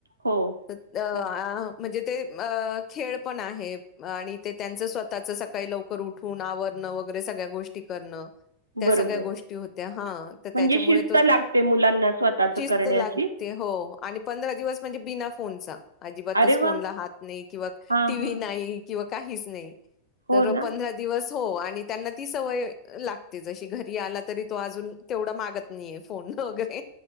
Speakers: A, on the right (about 85°); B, on the left (about 30°).
A: हो,
B: त अ
A: हो.
B: म्हणजे ते अ खेळ पण आहे आणि ते त्यांच स्वतःच सकाळी लवकर उठून आवरणं वगैरे सगळ्या गोष्टी करण. त्या
A: बरोबर.
B: सगळ्या गोष्टी होत. हा त
A: म्हणजे
B: त्याच्यामुळे
A: शिस्त
B: तो
A: लागते मुलांना स्वतःचं
B: शिस्त
A: करण्याची.
B: लागते. हो आणि पंधरा दिवस म्हणजे बिना फोनचा अजिबातच
A: अरे वाह!
B: फोनला हात नाही. किंवा
A: हां,
B: टीव्ही
A: हां.
B: नाही. किंवा काहीच नाही.
A: हो
B: तर
A: ना?
B: पंधरा दिवस हो आणि त्यांना ती सवय लागते जशी घरी आला तरी तो अजून तेवढा मागत नाहीये फोन वगैरे